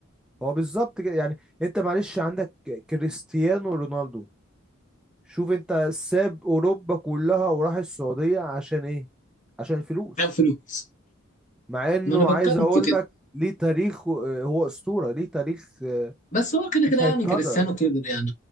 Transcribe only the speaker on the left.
كان فلوس
ما انا بتكلم
في كده
بس هو كده
كده
يعني كريستيانو كبر يعني